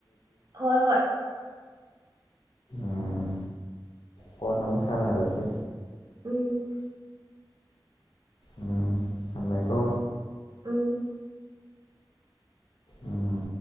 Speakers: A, on the right; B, on the left.
A: ꯍꯣꯏ ꯍꯣꯏ
B: ꯑꯝ ꯀꯣꯟꯅ ꯑꯃꯨꯛ ꯁꯥꯟꯅꯔꯁꯦ
A: ꯎꯝ
B: ꯎꯝ ꯊꯝꯃꯦꯀꯣ
A: ꯎꯝ
B: ꯎꯝ